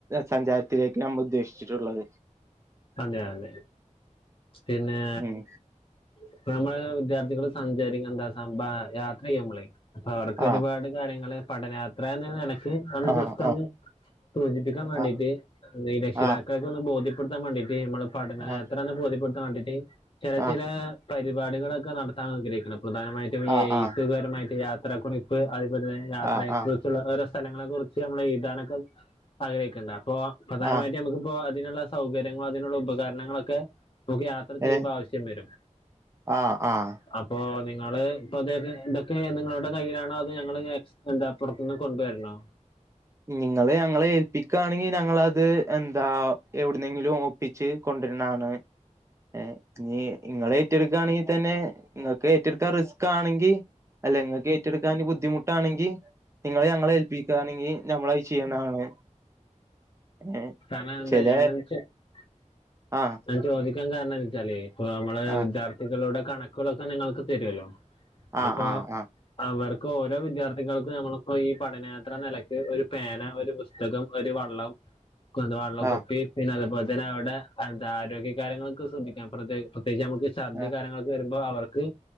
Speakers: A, on the right; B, on the left.
A: സഞ്ചാരത്തിലേക്ക് നമ്മള് ഉദ്ദേശിച്ചിട്ടുള്ളത്.
B: അതെ അതെ പിന്നെ
A: ഉം
B: ഇപ്പ നമ്മള് വിദ്യാർത്ഥികള് സഞ്ചരിക്കെന്താ സം ബാ യാത്ര ചെയ്യുമ്പോളേ അപ്പ അവർക്ക് ഒരുപാട്
A: ആഹ്
B: കാര്യങ്ങള് പഠനയാത്രാന്ന്നെലേ <unintelligible>
A: ആഹ്
B: ജെസ്റ്റൊന്ന് സൂചിപ്പിക്കാൻ
A: ആഹ്
B: വേണ്ടീട്ട് ഈ രക്ഷിതാക്കൾകൊന്ന്
A: ആഹ്
B: ബോധ്യപെ ട്ത്താൻ വേണ്ടീട്ട് നമ്മള് പടന
A: ആഹ്
B: യാത്രാന്ന് ബോധ്യപ്പെടുത്താൻ വേണ്ടിട്ട് ചെല
A: ആഹ്
B: ചെലാ പരിപാടികളൊക്കെ നടത്താൻ ആഗ്രഹിക്കണപ്പളും പ്രധാനമായിട്ടും ഈ
A: ആഹ്
B: എഴത്ത്പരമായിട്ട്
A: ആഹ്
B: യാത്രാകുറിപ്പ് അത്പോലെ
A: ആഹ്
B: യാത്രയെ
A: ആഹ് ആഹ്
B: കുറിച്ചുള്ള ഓരോ സ്ഥലങ്ങളെ കുറിച്ച് നമ്മള് എഴുതാനൊക്കെ ആഗ്രഹിക്ക്ണ്ട് അപ്പൊ പ്രധാനമായിട്ട്
A: ആഹ്
B: നമക്കിപ്പോ അതിനുള്ള സൗകര്യങ്ങളും അതിനുള്ള ഉപകര്ണങ്ങളൊക്കെ നമുക്ക് യാത്ര ചെയ്യുമ്പോ
A: ഏ
B: ആവശ്യം വരും
A: ആഹ് ആഹ്
B: അപ്പോ നിങ്ങ ങ്ങള് ഇപ്പൊതെ ഇതൊക്കെ നിങ്ങളുടെ കയ്യിലാണോ അത് ഞങ്ങള് എസ് എന്താപ്പുറത്തിന്ന് കൊണ്ടുവരണോ
A: നിങ്ങള് ഞങ്ങളെ ഏൽപ്പിക്കാണെങ്കി ഞങ്ങളത് എന്താ എവിടുന്നെങ്കിലും ഒപ്പിച്ച് കൊ ണ്ട്ര്നാണ് ഏ നീ ഇങ്ങളേറ്റെടുക്കാണെങ്കിൽ തന്നെ നിങ്ങക്ക് ഏറ്റെടുക്കാ റിസ്കാണെങ്കി അല്ല ങ്ങക്ക് ഏറ്റെടുക്കാൻ ബുദ്ധിമുട്ടാണെങ്കി നിങ്ങള് ഞങ്ങളെ ഏൽപ്പിക്കാണെങ്കി ഞമ്മളത് ചെയ്യുന്നതാണ് ഏ
B: കാര്ണം അത്
A: ചില
B: <unintelligible>
A: ആഹ്
B: ഞാൻ ചോദിക്കാൻ കാര്ണംന്ന് വെച്ചാലേ ഇപ്പ നമ്മള്
A: ആഹ്
B: വിദ്യാർഥികളോടൊ കണക്കുകളൊക്കെ നിങ്ങൾക്ക് തരൊല്ലോ
A: ആഹ്
B: അപ്പോ
A: ആഹ്
B: അവർ ഇപ്പോ ഓരോ വിദ്യാർത്ഥികൾക്കും നമ്മളിപ്പോ ഈ പഠനയാത്രാനിലക്ക് ഒരു പേന ഒരു പുസ്തകം ഒരു വ ള്ളം <unintelligible> വള്ളകുപ്പി
A: ആഹ് ആഹ്
B: പിന്നെ അതേപോൽത തന്നേ അവിടെ എന്താ ആരോഗ്യ കാര്യങ്ങളൊക്കെ ശ്രദ്ധിക്കാം പ്രത്യേകി പ്രത്യേകിച്ച് നമുക്ക് ശർദികാര്യങ്ങളൊക്കെ
A: ആഹ്
B: വരുമ്പ മ്പ അവർക്ക്